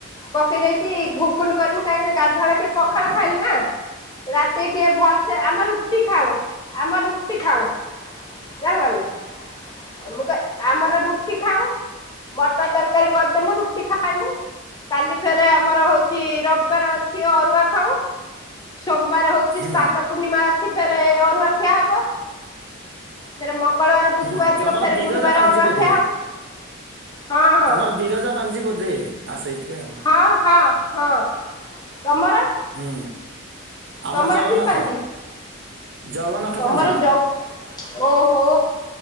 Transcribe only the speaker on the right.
ହୁଁ
ହୁଁ।
ତମର
ବିରଜା
ପାଞ୍ଜି
ବୋଧେ?
ତମର ବିରଜା ପାଞ୍ଜି ବୋଧେ ଆସ ସେଇଥି ପାଇଁ
ହୁଁ ଆମର
ଜଗନ୍ନାଥ
ଜଗନ୍ନାଥ।
ପାଞ୍ଜି